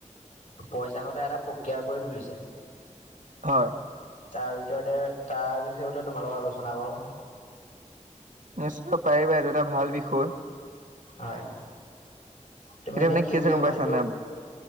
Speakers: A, on the left; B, on the right.
A: পইচা ঘটা এটা প্ৰক্ৰিয়া কৰি তুলিছে।
B: হয়।
A: তাৰ ভিতৰতে তাৰ বিষয়ে তোমাৰ লগত আলোচনা কৰোঁ।
B: নিশ্চয় পাৰিবা এইটো এটা ভাল বিষয়।
A: হয়। তুমি এতিয়া
B: মানে
A: কি বুলি
B: হৈছে গম
A: ভাবা
B: পাইছা
A: এইটো
B: নাই?